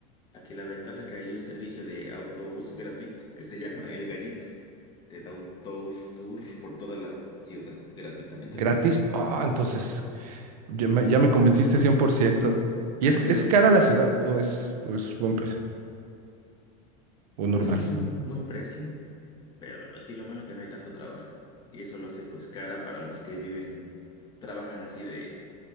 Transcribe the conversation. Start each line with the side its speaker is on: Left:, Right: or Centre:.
Left: aquí la ventaja es que hay un servicio de autobús gratuito que se <laughs> llama El Gallito. Te da un tour, tour por toda la ciudad, gratuitamente,
Right: gratis.
Left: obviamente.
Right: Ah, entonces ya me, ya me convenciste cien por ciento ¿Y
Left: Ándale.
Right: es, es cara la ciudad o es, o es buen precio o normal?
Left: Pues sí es un buen precio, pero aquí lo malo que no hay tanto trabajo. Y eso lo hace pues cara para los que viven, trabajan así de